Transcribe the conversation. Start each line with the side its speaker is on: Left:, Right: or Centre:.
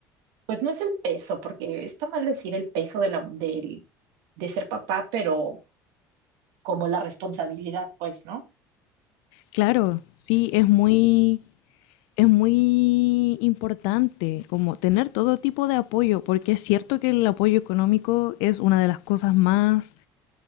Right: pues no es el peso, porque está mal decir el peso de la, del- de ser papá, pero como la responsabilidad, pues, ¿no?
Left: Claro, sí, es muy, es muy importante como tener todo tipo de apoyo, porque es cierto que el apoyo económico es una de las cosas más